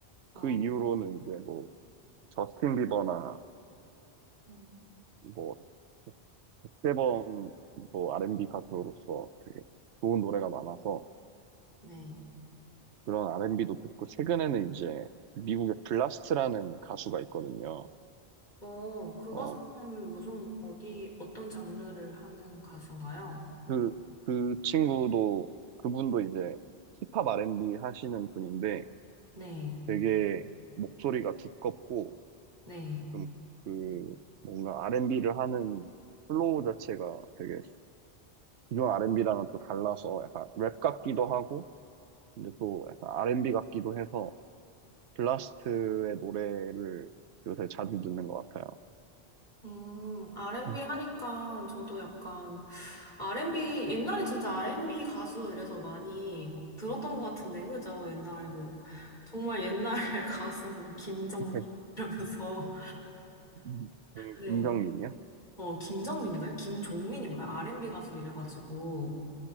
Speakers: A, on the left (about 45°); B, on the right (about 75°).
A: 어,
B: 그 이후로는 이제 뭐, 저스틴 비버나
A: 음,
B: 뭐, 백세범 뭐, R&B 가수로서 되게 좋은 노래가 많아서
A: 네.
B: 그런 R&B도 듣고, 최근에는 이제 미국의 블라스트라는 가수가 있거든요.
A: 어, 그
B: 어,
A: 가수는 무슨, 어디, 어떤 장르를 하는 가수인가요?
B: 그, 그 친구도, 그분도 이제 힙합 R&B 하시는 분인데
A: 네,
B: 되게 목소리가 두껍고
A: 네.
B: 좀 그 뭔가 R&B를 하는 플로우 자체가 되게 기존 R&B랑은 또 달라서 약간 랩 같기도 하고 근데 또 약간 R&B 같기도 해서 블라스트의 노래를 요새 자주 듣는 것 같아요.
A: 음, R&B
B: 음,
A: 하니까 저도 약간, R&B, 옛날에 진짜 R&B 가수 이래서 많이 막 들었던 것 같은데, 그죠? 옛날에 뭐, 정말 옛날 <laughs> 가수 뭐, 김정민?
B: 백-
A: 이러면서,
B: 음,
A: 네.
B: 김정민이요?
A: 어, 김정민인가요? 김종민인가요? R&B 가수 이래가지고.